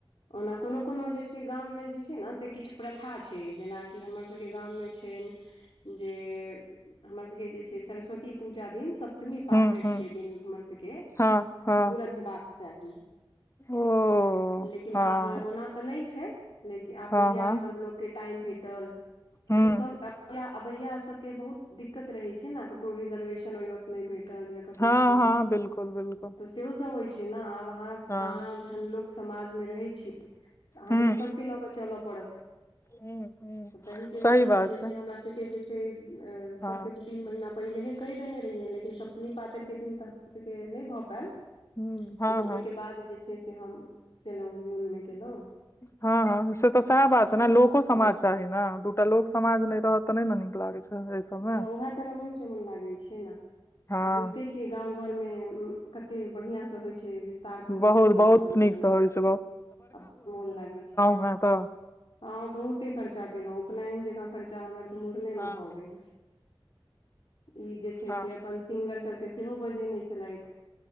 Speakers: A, on the left (about 80°); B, on the left (about 30°).
A: ओना कोनो कोनो जे छै गाममे जे छै ने से किछु प्रथा छै जेनाकि हमरसभके गाममे छनि जे हमर सभके जे छै सरस्वती पूजा दिन सभ सत्मी पातरि
B: हूँ हूँ
A: के दिन हमर सबके
B: हँ हँ
A: मूड़न हेबाक चाही
B: ओ
A: लेकिन
B: हँ
A: आब ओना तऽ नहि छै। लेकिन आब
B: हाँ
A: जहिया
B: हाँ
A: अपन लोकके टाइम भेटल किया
B: हुँ,
A: तऽ सभ। आबैया सभके बहुत दिक्कत रहैत छै ने, ककरो रिजर्वेशन ओहि वक्त। नहि भेटल या ककरो
B: हाँ,
A: खींच
B: हाँ, बिल्कुल, बिल्कुल,
A: त। सेहो सभ होइ छै ने, आब अहाँ
B: हाँ,
A: अहाँ जहन लोक समाजमे रहै छी। अहाँके
B: हुँ,
A: तऽ सभके लऽ कऽ चलय पड़त
B: हुँ, हुँ,
A: तहिके वजह
B: सही बात
A: सँ जे छै हमरा सभके जे। <unintelligible>
B: हाँ,
A: सभके द तीन महीना पहिनेहि देने रहियै, मुदा सप्तमी पातरि के दिन तऽ हमरा सभके नहि भऽ पायल।
B: हुँ, हाँ,
A: लेकिन
B: हाँ,
A: ओहिके बाद जे छै, से हम केलहुँ, जूनमे गेलहुँ।
B: हँ हँ, से तऽ सएह बात छै ने, लोक समाज
A: हँ
B: चाही ने दूटा लोक। समाज नहि रहत तऽ नहि ने नीक लागै छै। सबमे।
A: तऽ उएह तऽ रमण-चमन लागैत छै ने,
B: हाँ,
A: आ बुझिते छियै गाँव घरमे। कते बढ़िआँ सँ होइ छै, विस्तारपूर्वक
B: बहुत
A: भेल
B: बहुत
A: अपन
B: नीकसँ
A: मूड़न, उपनयन
B: होइ छै
A: आ मोन लागै छै।
B: हँ तऽ
A: हँ बहुते खर्चा केलहुँ, उपनयन जकाँ खर्चा हमर तऽ मुड़नेमे
B: हाँ,
A: भऽ गेल। ई जे छै,
B: हाँ,
A: से अपन सिंगर सभके सेहो बजेने छलथि।